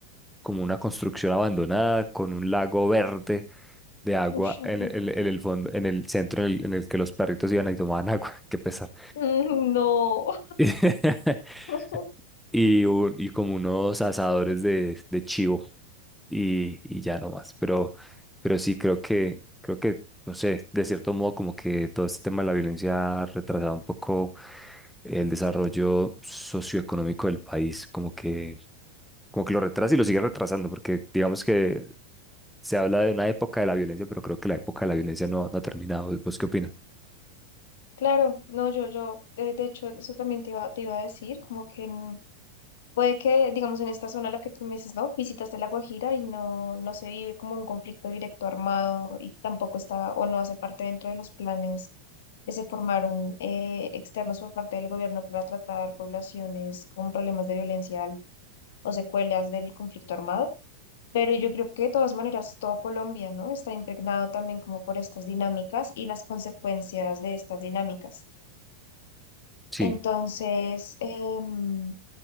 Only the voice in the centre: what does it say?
como una construcción abandonada con un lago verde de agua
en el, en el- en el fondo, en el centro en el, en el que los perritos iban y tomaban agua, <laughs> qué pesar.
<laughs>
Y, un- y como unos asadores de, de chivo y, y ya no más. Pero, pero sí creo que, creo que, no sé, de cierto modo como que todo este tema de la violencia ha retrasado un poco el desarrollo socioeconómico del país, como que, como que lo retrasa y lo sigue retrasando, porque digamos que se habla de una época de la violencia, pero creo que la época de la violencia no, no ha terminado. ¿Vos qué opinas?
Sí,